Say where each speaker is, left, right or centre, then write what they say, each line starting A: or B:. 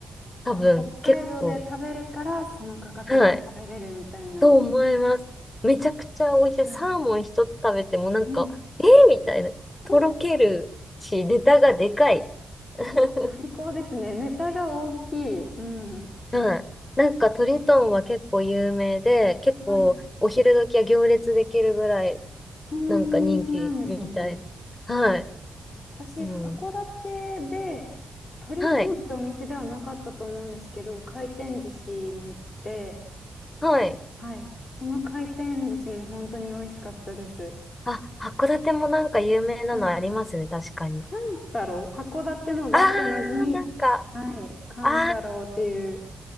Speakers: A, on the left; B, on the left.
A: じゃあ北海道で食べるからその価格で食べれるみたいな。
B: 多分結構、はい、と思います。めちゃくちゃ美味しい。
A: はい。
B: サーモン一つ食べてもなんか、
A: うん。
B: えー、みたいな。
A: あ
B: とろけるし、ネタがでかい。<laughs> は
A: 最高ですね。ネタが大きい。うん。
B: い。はい。なんかトリトンは結構有名で、結構お昼時は行列できるぐらい
A: はい。そんなに人気なんですね。
B: なんか人気みたい。はい。
A: 私、
B: うん。
A: 函館で、トリトンってお店ではなかったと思うんですけど、
B: はい。
A: 回転寿司に行って、
B: はい。
A: はい。その回転寿司も本当に美味しかったです。
B: あ、函館もなんか有名なのありますね、
A: はい。
B: 確かに。
A: カンタロウ函館のだっての字に、
B: あー、なんか、
A: はい。カンタロウっていう、
B: あー、